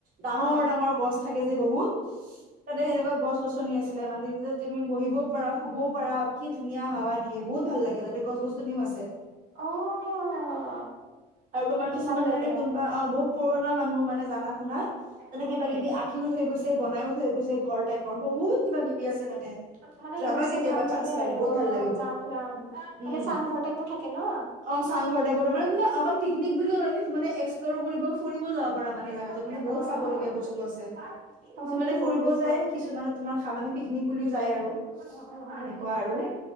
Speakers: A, on the right; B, on the right.
A: ডাঙৰ
B: অ
A: ডাঙৰ গছ থাকে যে বহুত তাতে সেনেকুৱা গছ গছনি আছিলে মানে তুমি বহিব পাৰা শুব বও পাৰা কি ধুনীয়া হাৱা দিয়ে বহুত ভাল লাগে তাতে গছ গছনিও আছে।
B: অ'।
A: <inaudible> আৰু তোমাৰ কিছুমান
B: ভাল লাগে
A: মানে কোনোবা অ', বহুত পুৰণা মানুহ মানে জাননা শুনা তাতে
B: অ
A: কিবা
B: অ
A: কিবি আঁকিও যা থৈ গৈছে বনাইও থৈ গৈছে ঘৰ টাইপৰ বহুত কিবা কিবি আছে মানে
B: মানে
A: যাবা
B: সেইবোৰ চাই
A: কেতিয়াবা
B: ভাল লাগে
A: চান্ঞ্চ পালে।
B: আৰু
A: বহুত
B: অ
A: ভাল লাগিব
B: যাম
A: উম।
B: যাম মানে চাংঘৰ টাইপৰ থাকে ন
A: অ', চাংঘৰ টাইপৰ মানে কি আম পিকনিক বুলিও ন মানে এক্সপ্লৰো কৰিব ফুৰিবও যাব পাৰা মানে। <unintelligible>
B: চাবলগীয়া
A: মানে বহুত‌ চাবলগিয়া বস্তু আছে কিছুমানে ফুৰিব
B: বহুত বস্তু
A: যায়
B: আছে।
A: কিছুমানে তোমাৰ খা মানে পিকনিক বুলিও যায় আৰু
B: উম, উম,
A: সেনেকুৱা
B: উম,
A: আৰু
B: তাকে